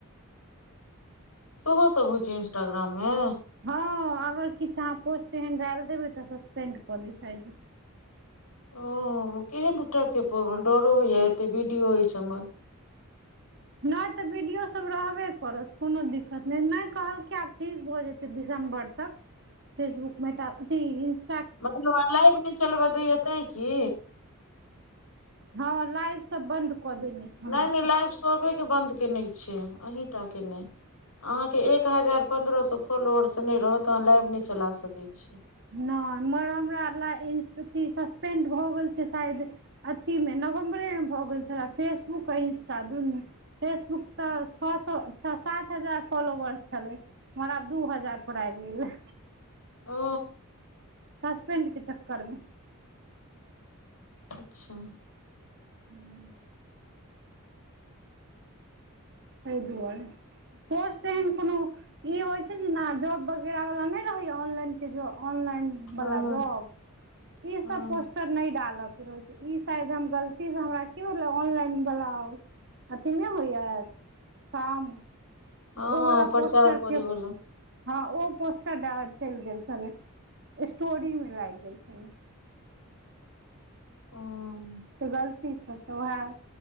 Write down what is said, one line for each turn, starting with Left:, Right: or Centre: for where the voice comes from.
Left: सेहो सभ होइ छै इंस्टाग्राम मे
Right: हँ अगर किछ अहाँ पोस्ट एहन डालि देबै तऽ सस्पेंड कऽ दै छै आइडी
Left: ओ केहन टाइप के डरो होइये एते बिडियो अछि हमर
Right: नय तऽ बीडियो सब रहबे करत कोनो दिक्कत नय नय कहलकै ये आब ठीक भऽ जेतै दिसम्बर तक फेसबुक मेटा अथी ई इंस्ट
Left: मतलब आब लाइव नय चलब दैए तैं की
Right: हँ लाइव सब बंद कऽ देने छै
Left: नय
Right: हमर
Left: नय
Right: सब
Left: लाइब सभे के बन्द केने छै अहीं टा के नय अहाँके एक हजार पन्द्रह सौ फॉलोअर्स नै रहत अहाँ लाइव नै चला सकै छी
Right: नय मग हमरा ल ई अथी सस्पेंड भऽ गेल छै शायद अथी मे नवम्बरेमे भऽ गेल छलए फेसबुक आ इंस्टा दुनू फेसबुक तऽ छ सौ छ सात हजार फॉलोवर्स छलै मगर आब दू हजार पर आबि गेलै
Left: ओ
Right: ससपेंड के चक्कर मे
Left: अच्छा।
Right: हूँ। ताहि दुआरे पोस्ट ताईम कोनो ई होइ छै जेना जॉब वगैरा वाला नै रहैया ऑनलाइन के ज ऑनलाइन
Left: हँ
Right: वला जॉब ई
Left: हँ
Right: सब पर नै डालके रहै छै ई शायद हम गलती से हमरा की भेलै ऑनलाइन ब्लाउ अथी नै होइया काम
Left: हँ
Right: तऽ उ
Left: हँ
Right: वला
Left: प्रचार
Right: पोस्टर
Left: करे
Right: के
Left: वाला
Right: हँ ओ पोस्टर डारेक्ट चलि गेल छलै स्टोरी मे लागि गेल छलै।
Left: हँ
Right: त गलती स तऽ उएह।